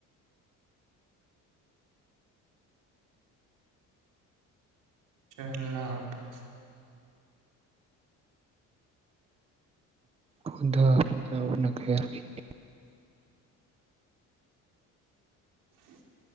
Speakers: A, on the right; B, on the right.
A: اچھا اللہ حافظ
B: خدا حافظ آپ اپنا خیال رکھئے
A: <inaudible>